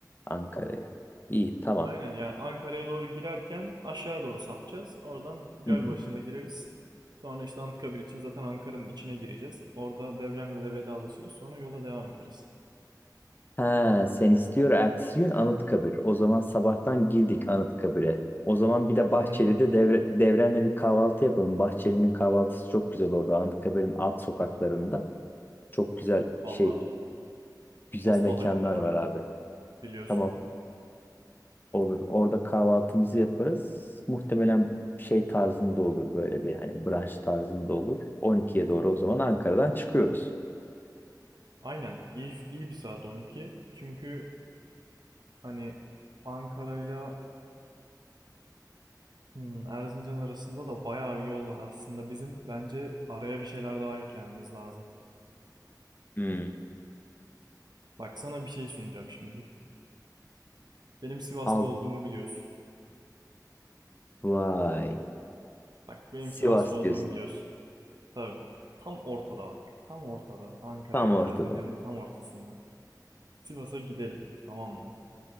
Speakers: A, on the left; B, on the right.
A: Ankara'ya. İyi tamam.
B: Aynen yani Ankara'ya doğru girerken aşağıya doğru sapacağız. Oradan Gölbaşı'na
A: Hı hı.
B: gireriz. Sonra işte Anıtkabir için zaten Ankara'nın içine gireceğiz. Orada Devrem'le de vedalaşırız. Sonra yola devam ederiz.
A: Ha, sen istiyor ertesi gün Anıtkabir. O zaman sabahtan girdik Anıtkabir'e. O zaman bir de Bahçeli'de
B: Hı hı.
A: devre, Devren'le bir kahvaltı yapalım. Bahçeli'nin kahvaltısı çok güzel orada. Anıtkabir'in alt sokaklarında. Çok güzel
B: Valla
A: şey, güzel
B: asla
A: mekanlar
B: hayır demem.
A: var abi.
B: Biliyorsun.
A: Tamam. Olur. Orada kahvaltımızı yaparız. Muhtemelen şey tarzında olur böyle bir hani brunch tarzında olur. 12'ye doğru o zaman Ankara'dan çıkıyoruz.
B: Aynen. İyi iyi bir saat 12. Çünkü hani Ankara'yla hmm, Erzincan arasında da bayağı bir yol var aslında. Bizim bence araya bir şeyler daha eklememiz lazım.
A: Hmm.
B: Bak sana bir şey sunacağım şimdi. Benim Sivaslı
A: Alt
B: olduğumu biliyorsun.
A: vay.
B: Bak benim
A: Sivas
B: Sivas'ta olduğumu
A: diyorsun.
B: biliyorsun. Tabii. Tam ortada bak. Tam ortada. Ankara
A: Tam
B: ile
A: ortada.
B: Erzincan'ın tam ortasında. Sivas'a gidelim. Tamam mı?